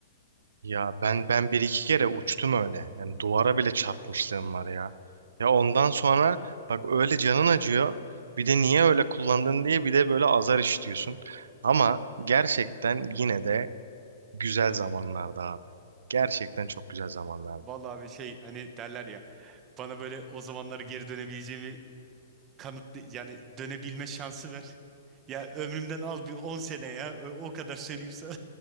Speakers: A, on the right; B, on the right.
A: Ya ben ben bir iki kere uçtum öyle. Yani duvara bile çarpmışlığım var ya. Ya ondan sonra bak öyle canın acıyor. Bir de niye öyle kullandın diye bir de böyle azar işitiyorsun. Ama gerçekten yine de güzel zamanlardı abi. Gerçekten çok güzel zamanlardı.
B: <laughs> Vallahi bir şey hani derler ya bana böyle o zamanlara geri dönebileceğimi kanıt yani dönebilme şansı ver. Ya ömrümden al bir 10 sene ya. Ö- O kadar söyleyeyim sana.